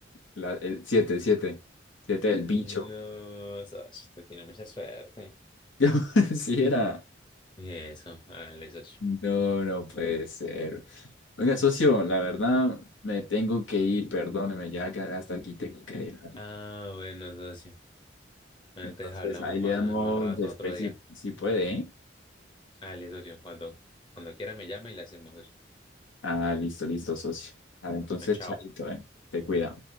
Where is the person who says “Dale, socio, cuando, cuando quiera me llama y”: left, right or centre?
Left